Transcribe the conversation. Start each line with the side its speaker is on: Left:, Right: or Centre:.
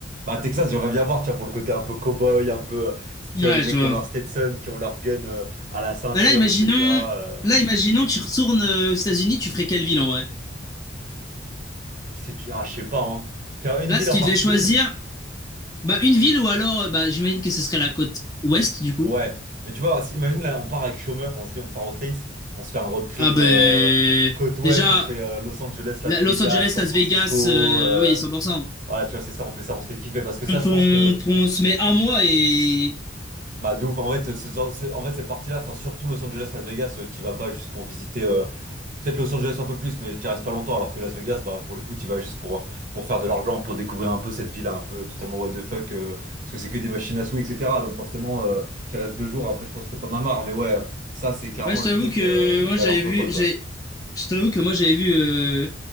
Right: Bah, Texas, j'aimerais bien voir, tu vois, pour le côté un peu cow-boy, un peu, euh,
Left: Ouais,
Right: tu vois, les mecs
Left: je vois.
Right: qui ont leur Stetson, qui ont leur gun, euh, à la ceinture,
Left: Bah là, imaginons...
Right: etc. euh,
Left: Là, imaginons, tu retournes euh, aux États-Unis, tu ferais quelle ville en vrai?
Right: c'est dur, ah, je sais pas, hein. Faire une
Left: Là,
Right: ville
Left: si
Right: en
Left: tu
Right: particulier,
Left: devais choisir, bah une ville ou alors, euh, bah j'imagine que ce serait la côte ouest du coup.
Right: Ouais, mais tu vois, si- imagine là, on part avec chômeur, on se dit on part aux States, on se fait un road trip
Left: Ah ben...
Right: euh, côte ouest,
Left: Déjà,
Right: on fait euh, Los Angeles, Las
Left: la-
Right: Vegas,
Left: Los Angeles,
Right: San
Left: Las
Right: Francisco.
Left: Vegas, euh,
Right: euh,
Left: oui, 100%.
Right: voilà, tu vois, c'est ça, on fait ça, on se fait kiffer. Parce que ça,
Left: On,
Right: je
Left: on-
Right: pense que
Left: on se met un mois et...
Right: bah de ouf, en fait, ce- ce- c'est- en fait cette partie-là, enfin surtout Los Angeles, Las Vegas, euh, tu vas pas juste pour visiter, euh, peut-être Los Angeles un peu plus, mais tu restes pas longtemps, alors que Las Vegas, bah pour le coup, tu vas juste pour, pour faire de l'argent, pour découvrir un peu cette ville un peu totalement what the fuck, euh, parce que c'est que des machines à sous, etc. Donc forcément, euh, tu restes deux jours, après je pense que t'en as marre, mais ouais, euh, ça c'est clairement
Left: Ouais, je
Right: le
Left: t'avoue
Right: truc
Left: que
Right: euh,
Left: moi
Right: d'aller
Left: j'avais
Right: entre
Left: vu,
Right: potes,
Left: j'ai,
Right: ouais.
Left: je t'avoue que moi j'avais vu euh,